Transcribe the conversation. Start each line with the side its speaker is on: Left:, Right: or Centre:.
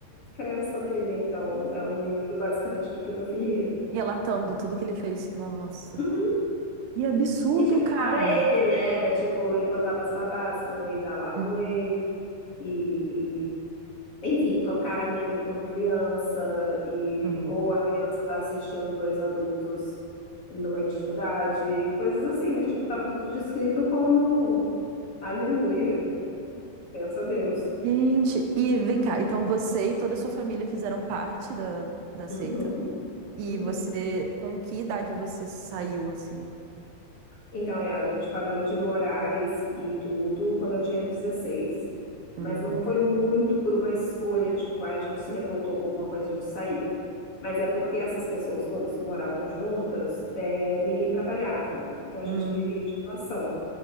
Left: crença dele. Então, é um livro basicamente de pedofilia.
Right: Relatando tudo que ele fez. Nossa.
Left: Uhum.
Right: Que absurdo,
Left: E tipo,
Right: cara.
Left: não era ele, né? Era tipo, ele botava as babás para deitar lá com
Right: Uhum.
Left: ele. E, enfim, tocar nele quando criança e
Right: uhum.
Left: ou a criança tá assistindo dois adultos numa intimidade, coisas assim, mas tipo, tava tudo descrito como aleluia, pensa a Deus.
Right: Gente, e vem cá, então você e toda a sua família fizeram parte da, da seita?
Left: Uhum,
Right: E
Left: uhum.
Right: você, com que idade você saiu assim?
Left: Então, é, a gente parou de morar e seguir tudo quando eu tinha 16.
Right: Hum,
Left: Mas não foi muito por uma escolha, tipo, ah, a gente se revoltou com alguma coisa, a gente saiu. Mas é porque essas pessoas todas que moravam juntas, é, ninguém trabalhava. Então a gente
Right: hum,
Left: vivia de doação.